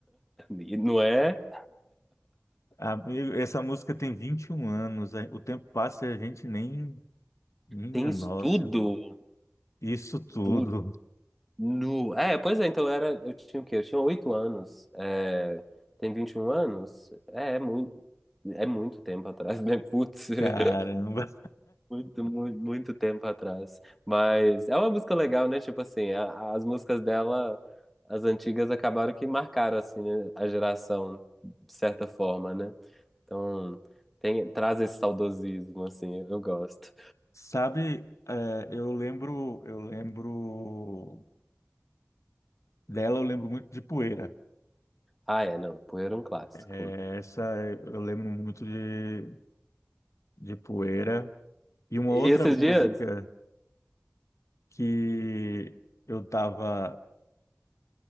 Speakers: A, in the centre; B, on the left.
A: E não é?
B: Amigo, essa música tem 21 anos, é- o tempo passa e a gente nem, minha
A: Tem estudo?
B: nossa, isso tudo.
A: Putz, Nu. É, pois é, então eu era. Eu tinha o quê? Eu tinha oito anos. É... Tem 21 anos? É, é muito. É muito tempo atrás, né? Putz.
B: <laughs> Caramba.
A: <laughs> Muito, muito, muito tempo atrás. Mas é uma música legal, né? Tipo assim, a- as músicas dela, as antigas, acabaram que marcaram, assim, né? A geração, de certa forma, né? Então, tem, traz esse saudosismo, assim, eu gosto.
B: Sabe, é, eu lembro, eu lembro dela, eu lembro muito de Poeira.
A: Ah, é, não, Poeira é um clássico.
B: É, essa eu lembro muito de, de Poeira. E uma
A: E
B: outra
A: esses
B: música
A: dias?
B: que eu tava,